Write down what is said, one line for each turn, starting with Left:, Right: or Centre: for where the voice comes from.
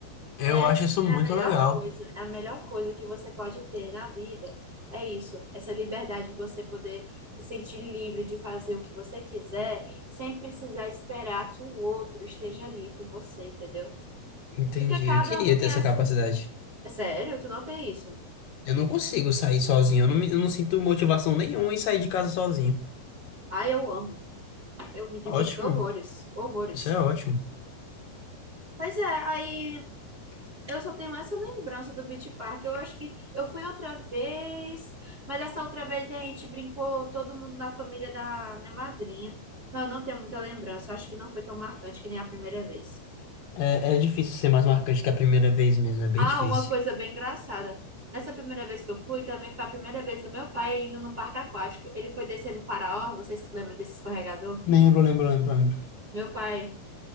Left: Eu
Right: Essa
Left: acho isso
Right: é
Left: muito
Right: a melhor
Left: legal.
Right: coisa, é a melhor coisa que você pode ter na vida. É isso, essa liberdade de você poder se sentir livre de fazer o que você quiser, sem precisar esperar que o outro esteja ali por você, entendeu?
Left: Entendi.
Right: Porque cada
Left: Eu queria
Right: um tem
Left: ter essa
Right: a sua.
Left: capacidade.
Right: É Sério, tu não tem isso?
Left: Eu não consigo sair sozinho. Eu não, me- eu não sinto motivação nenhuma em sair de casa sozinho.
Right: Ah, eu amo. Eu me divirto
Left: Ótimo,
Right: horrores, horrores.
Left: isso é ótimo.
Right: Pois é, aí Eu só tenho essa lembrança do Beach Park. Eu acho que eu fui outra vez, mas essa outra vez a gente brincou todo mundo na família da minha madrinha. Mas eu não tenho muita lembrança. Eu acho que não foi tão marcante que nem a primeira vez.
Left: É, é difícil ser mais marcante que a primeira vez mesmo, é bem
Right: Ah,
Left: difícil.
Right: uma coisa bem engraçada. Nessa primeira vez que eu fui, também foi a primeira vez do meu pai indo no parque aquático. Ele foi descendo o faraó. Vocês se lembram desse escorregador?
Left: Lembro, lembro, lembro, lembro.
Right: Meu pai